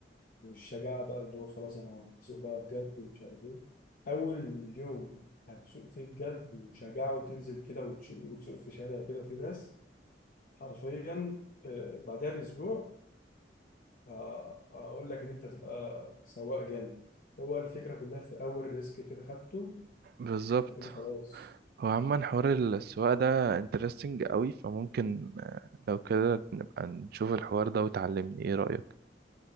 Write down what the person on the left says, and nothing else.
والشجاعة بقى اللي هو خلاص أنا هسوق بقى بجد ومش عارف إيه أول يوم هتسوق فيه بجد وشجاعة وتنزل كده وتش- وتسوق في شارع كده وفي ناس حرفيا آه، بعدها بأسبوع آه، أقول لك إن أنت تبقى سواق جامد هو الفكرة كلها في أول ريسك كده خدته
أنت كده خلاص